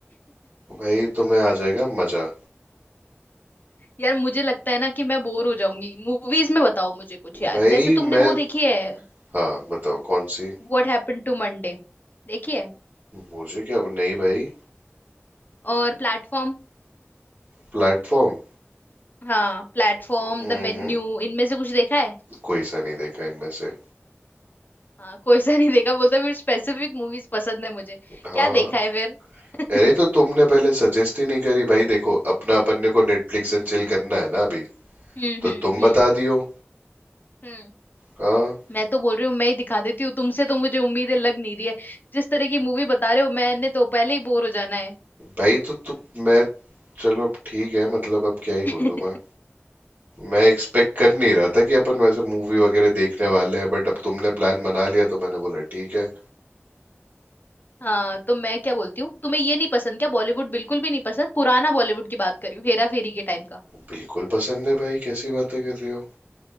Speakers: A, on the right; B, on the left.
A: भाई तुम्हें आ जाएगा मजा
B: <laughs> यार मुझे लगता है ना कि मैं बोर हो जाऊंगी मूवीज में बताओ मुझे कुछ यार
A: भाई
B: जैसे तुमने
A: मैं
B: वो देखी है
A: हाँ बताओ कौन सी
B: व्हाट हैपेंड टू मंडे देखी है
A: मुझे क्या नहीं भाई
B: और प्लेटफॉर्म
A: प्लेटफॉर्म
B: हाँ प्लेटफॉर्म
A: हम्म
B: द मेन्यू इनमें से कुछ देखा है
A: कोई सा नहीं देखा इनमें से
B: हाँ कोई सा नहीं देखा बोलता फिर स्पेसिफिक मूवीज पसंद है मुझे
A: हाँ
B: क्या देखा है फिर <laughs>
A: अरे तो तुमने पहले सजेस्ट ही नहीं करी भाई देखो अपना अपन ने को नेटफ्लिक्स एंड चिल करना है ना अभी
B: हम्म
A: तो
B: हम्म
A: तुम
B: हम्म
A: बता दियो
B: हम्म।
A: हाँ
B: मैं तो बोल रही हूँ मैं ही दिखा देती हूँ तुमसे तो मुझे उम्मीदें लग नहीं रही है जिस तरह की मूवी बता रहे हो मैंने तो पहले ही बोर हो जाना है
A: भाई तो तुम मैं चलो अब ठीक है मतलब अब क्या ही
B: <laughs>
A: बोलूं मैं मैं एक्सपेक्ट कर नहीं रहा था कि अपन वैसे मूवी वगैरह देखने वाले हैं बट अब तुमने प्लान बना लिया तो मैंने बोला ठीक है
B: हाँ तो मैं क्या बोलती हूँ तुम्हें ये नहीं पसंद क्या बॉलीवुड बिल्कुल भी नहीं पसंद पुराना बॉलीवुड की बात कर रही हूँ हेरा फेरी के टाइम का
A: बिल्कुल पसंद है भाई कैसी बातें कर रही हो